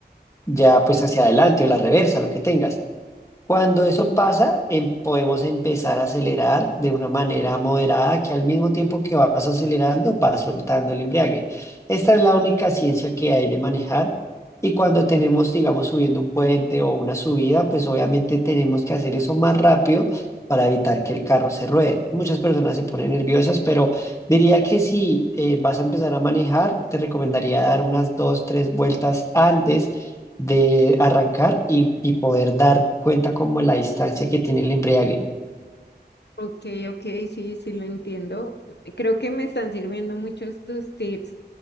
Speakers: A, on the left (about 15°); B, on the left (about 75°).
A: ya pues hacia adelante o la reversa, lo que tengas. Cuando eso pasa, em- podemos empezar a acelerar de una manera moderada, que al mismo tiempo que vas acelerando, vas soltando el embriague. Esta es la única ciencia que hay de manejar. Y cuando tenemos, digamos, subiendo un puente o una subida, pues obviamente tenemos que hacer eso más rápido para evitar que el carro se ruede. Muchas personas se ponen nerviosas, pero diría que si eh, vas a empezar a manejar, te recomendaría dar unas dos, tres vueltas antes de arrancar y, y poder dar cuenta como la distancia que tiene el embriague.
B: Ok, ok, sí, sí lo entiendo. Creo que me están sirviendo muchos tus tips